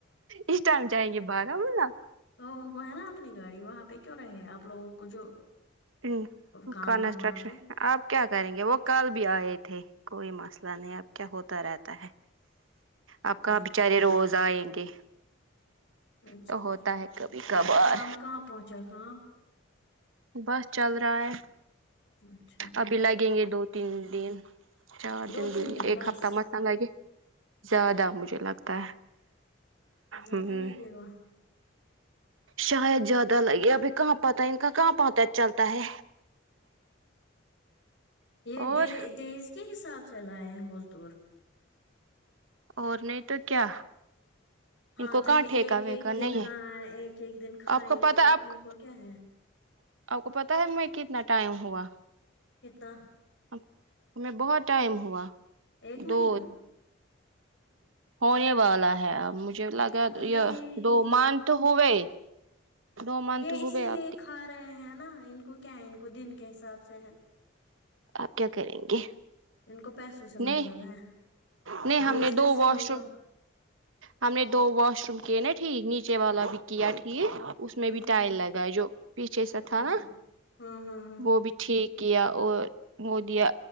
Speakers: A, on the right; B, on the left.
A: اس ٹائم جائیں گے بارہ مولہ
B: تو ان کو ہے نا اپنی گاڑی وہاں پہ کیوں رہے آپ لوگوں کو جو
A: امم
B: کام
A: کنسٹرکشن
B: ہے وہاں پہ
A: آپ کیا کریں گے وہ کل بھی آئے تھے کوئی مسئلہ نہیں اب کیا ہوتا رہتا ہے آپ کہاں
B: اچھا
A: بچارے روز آئیں گے
B: اچھا
A: تو ہوتا
B: ٹھیک ہے
A: کبھی کبھار
B: آپ کام کہاں پہنچا کام
A: بس چل رہا ہے
B: اچھا ٹھیک
A: ابھی لگیں گے دو تین دن چار
B: دو
A: دن
B: تین
A: بھی ایک
B: بس
A: ہفتہ مت آ لگے زیادہ مجھے لگتا ہے
B: زیادہ
A: ہ
B: لگے گا
A: شاید زیادہ لگے ابھی کہاں پتہ ان کا کہاں پتہ چلتا ہے اور
B: یہ ڈے ڈیز کے حساب سے لائے ہیں مزدور
A: اور نہیں تو کیا
B: ہاں
A: ان کو
B: تو
A: کہاں
B: یہ
A: ٹھیکا
B: ایک
A: ویکا
B: ایک
A: نہیں
B: دن
A: ہے
B: ہاں ایک ایک دن کھائیں
A: آپ کو پتا
B: گے تو
A: آپ
B: ان کو کیا ہے
A: آپ کو پتہ ہے میں کتنا ٹائم ہوا
B: کتنا
A: ہمیں بہت ٹائم ہوا
B: ایک مہینہ
A: دو ہونے والا ہے اب مجھے لگا
B: اللہ
A: یہ دو مان تو ہو یے دو منتھ
B: یہ اسی
A: ہوگیا
B: لیے کھا رہے ہیں نا ان کو کیا ہے ان کو دن کے حساب سے
A: آپ کیا کریں گے
B: ان کو پیسوں سے
A: نہیں
B: مطلب ہے
A: نہیں ہم
B: یہ اس
A: نے
B: لیے
A: دو
B: سلو
A: واش
B: کا
A: روم ہم نے دو واش روم کیے نا ٹھیک نیچے والا بھی کیا ٹھیک اس میں
B: ہ
A: بھی
B: ہ
A: ٹائل
B: ہ
A: لگا ہے جو پیچھے سا تھا
B: اچھا
A: نا
B: ہاں ہاں ہاں
A: وہ بھی ٹھیک کیا اور وہ دیا